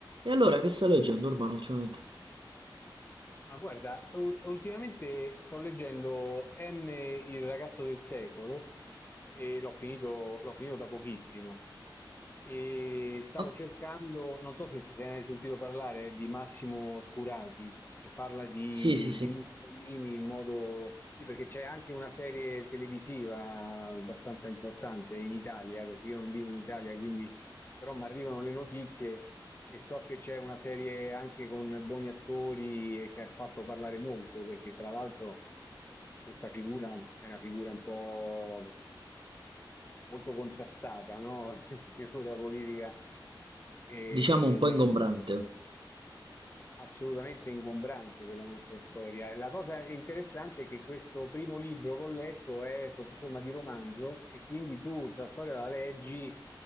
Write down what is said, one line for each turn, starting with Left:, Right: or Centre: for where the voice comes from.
Right: E allora che stai leggendo Urbano ultimamente?
Left: Ma guarda, u- ultimamente sto leggendo M, il ragazzo del secolo, e l'ho finito, l'ho finito da pochissimo. E stavo
Right: Oh,
Left: cercando, non so se, se ne hai sentito parlare, eh, di Massimo Scurati, e parla di,
Right: sì, sì, sì,
Left: di Mussolini in modo... Sì, perché c'è anche una serie televisiva abbastanza importante in Italia, perché io non vivo in Italia, quindi però mi arrivano le notizie e so che c'è una serie anche con buoni attori e che ha fatto parlare molto, perché tra l'altro questa figura è una figura un po' molto contrastata, no? <laughs> Figura politica. E
Right: diciamo un po'
Left: ne-
Right: ingombrante.
Left: assolutamente ingombrante per la nostra storia. La cosa interessante è che questo primo libro che ho letto è sotto forma di romanzo e quindi tu questa storia la leggi